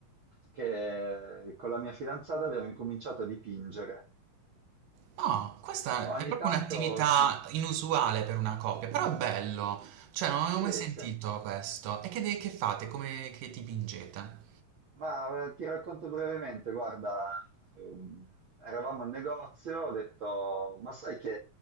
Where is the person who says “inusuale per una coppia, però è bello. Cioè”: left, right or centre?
Right